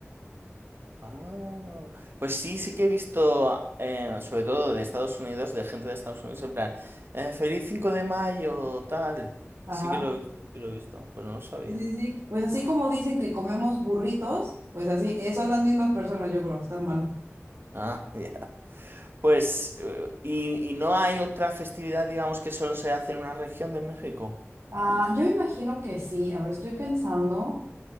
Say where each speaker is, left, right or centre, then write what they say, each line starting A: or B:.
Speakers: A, on the right (about 50°); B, on the right (about 65°).
A: Ah, pues sí, sí que he visto, eh, sobre todo de Estados Unidos, de gente de Estados Unidos, en plan, eh, feliz 5 de mayo, tal.
B: Ajá.
A: Sí que lo he visto, sí que lo he visto, pues no lo sabía.
B: Sí, sí, sí. Pues así como dicen que comemos burritos, pues así, eh, son las mismas personas, yo creo, están mal.
A: Ah, <laughs> ya. Pues, eh, ¿y, y no hay otra festividad, digamos, que solo se hace en una región de México?
B: Ah, yo imagino que sí. Ahora estoy pensando.